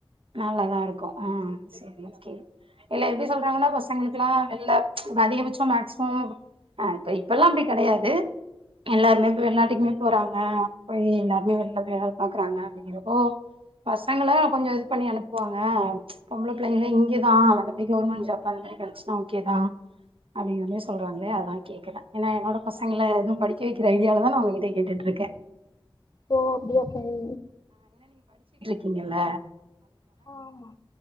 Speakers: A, on the right; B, on the left.
A: நல்லாதாருக்கூ ஆ செரி ஓகே இல்ல எது சொல்றாங்கன்னா பசங்களுக்குல்லா வெள்ல அதிகபட்சம் மேக்சிமம் அ இப்ப இப்பல்லா அப்டி கெடையாது எல்லாருமே வெளிநாட்டுக்குமே போறாங்க போய் எல்லாருமே வெள்ல போய் பாக்குறாங்க அப்டிங்கறப்போ பசங்கலா கொஞ்சோ பண்ணி அனுப்புவாங்க பொம்பள பிள்ளைங்கள இங்கேதா <unintelligible> கவர்மெண்ட் ஜாப் <unintelligible> கெடச்டா ஓகே தா அப்படிங்கிறதுமே சொல்றங்களே அத்னால கேக்றே ஏனா என்னோட பசங்கள எதூம் படிக்க வைக்கிற ஐடியால தா நான் உங்க கிட்டே கேட்டுட்டுருக்கே
B: ஓ அப்டியா செரி
A: கீங்கல்ல
B: ஆமா